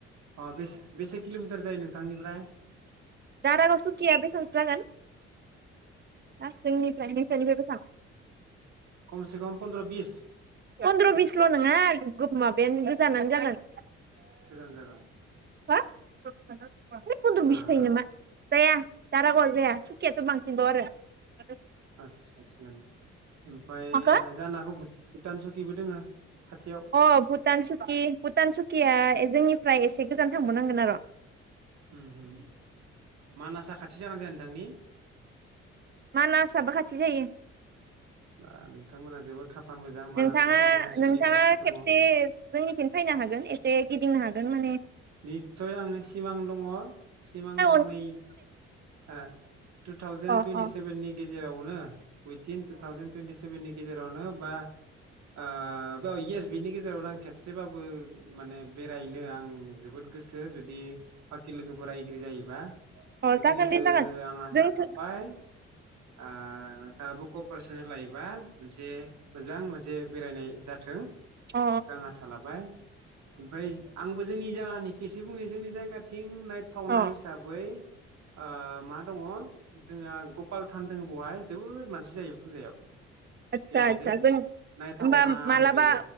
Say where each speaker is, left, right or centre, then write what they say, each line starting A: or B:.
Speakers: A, on the right (about 65°); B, on the right (about 35°).
A: अ बेसे बेसे किलमिटार जायो नोंथांनिफ्राय।
B: दाारागाव सुखिया बेसेबांसो जागोन। जोंनिफ्राय नोंसानिफ्राय बेसां‌
A: कमसे कम पन्द्र बिस।
B: फन्द्र बिसल नङा माबायानो गोजानो जागोन।
A: गोजान जागोन।
B: <unintelligible> है फन्द्र बिस
A: आ
B: जायो
A: आ
B: नामा? जाया दारागावआ जाया सुखियाथ' बांसिनबाव आरो
A: आतसा थिकआनो ओमफ्राय
B: माखो?
A: जानो हागौ बुद भुटान सकिबो दोङो खाथियाव
B: अ भुटान सुखि भुटान सुकिया ए जोंनि फ्राय एसे गोजान थांबावनांगोन आरो
A: ओम हो मानसा खाथि जागोनना जाया नोंथांनि
B: मानासाबो खाथि जायो।
A: बा नोंथांमोना जोबोद खाफाल मोजां मानास
B: नोंथाङा
A: खाथि दङ सुकि
B: नोंथाङा
A: खाथि दङ।
B: खेबसे जोंनिथिं फैनो हागोन एसे गिदिंनो हागोन माने
A: निस्सय आंनि सिमां दङ सिमां
B: अ
A: दङ नै ओ टु थावजेन
B: अ
A: टुनथि
B: अ
A: सेभेननि गेजेरावनो बिथिं टु थावजेन टुइनथिस्क सेभेननि गेजेरावनो बा ओ बे इयेस बेनि गेजेरावनो आं खेबसेबाबो माने बेरायनो आं जोबोद गोसो जुदि बाखि लोगोफोरा एग्रि जायोबा
B: अ
A: बेखिनिखौ
B: जागोन दे जागोन
A: आं आसा
B: जोंथ'
A: थाबाय ओ नोंथाङाबो कपारेसन लायोबा मोनसे मोजां मोनसे बेरायनाय जाथों
B: अ
A: आं आसा लाबाय ओमफ्राय आंबो जोंनि जायगानि एसे बुंनो जोंनि जायगाथिं नायथावना
B: अ
A: हिसाबै ओ मा दङ जोंहा गपाल थान दङ बहाय जोबोद मानसि जायो फुजायाव
B: आदसा
A: बे मोनसे
B: आदसा जों होनबा
A: नायथावना आरो
B: मालाबा
A: बे